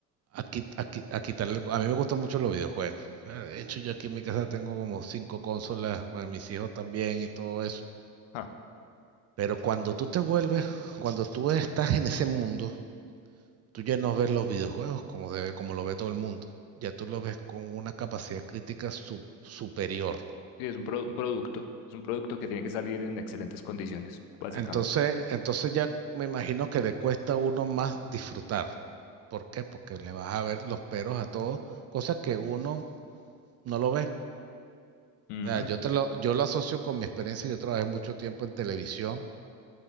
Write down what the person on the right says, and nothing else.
Aquí, aquí, a quitarle. A mí me gustan mucho los videojuegos. De hecho, yo aquí en mi casa tengo como cinco consolas, bueno, mis hijos también y todo eso.
Pero cuando tú te vuelves, cuando tú estás en ese mundo, tú ya no ves los videojuegos como, debe, como lo ve todo el mundo. Ya tú lo ves con una capacidad crítica su- superior.
Entonces, entonces ya me imagino que le cuesta a uno más disfrutar. ¿Por qué? Porque le vas a ver los peros a todo, cosas que uno no lo ve.
O sea, yo, te lo, yo lo asocio con mi experiencia. Yo trabajé mucho tiempo en televisión